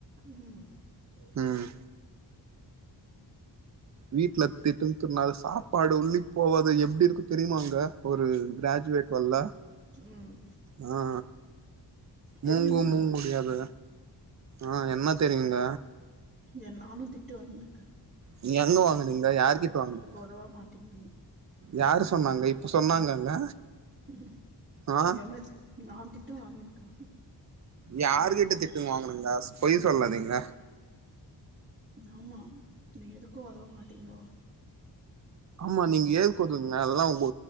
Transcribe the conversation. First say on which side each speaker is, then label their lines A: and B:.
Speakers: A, on the right; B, on the right.
A: ம்
B: ம் வீட்ல திட்டுன்னு துண்ணாக சாப்பாடு உள்ளிக்கு போவாது எப்டி இருக்கும் தெரியுமாாங்க ஒரு கிராஜுவேட் வல்ல
A: ம்
B: ஆ
A: தெரியுங்க
B: மூங்கும் மூங்கு முடியாது ஆ என்ன தெரியுங்க
A: ஏ நானும் திட்டு வாங்கிருக்கே
B: நீங்க எங்க வாங் னீங்க யார் கிட்டட வாங்கீனிங்க
A: ஒதவ மாட்டீங்கன்னு
B: யார் சொ சொன்னாங்க இப்ப சொன்னாங்கங்க
A: ம்.
B: ஆ
A: என்ன நா தி ட்டு வாங்கியிருக்கோம்
B: யாரு கிட்ட திட்டு வாங்கனுங்க பொய் சொல்லாதீங்க
A: ஆமா நீ எதுக்கும் உதவ மாட்டீங்களோ
B: ஆமா நீங்க ஏதுக்கதுவீங்க அதெல்லாம் உங்க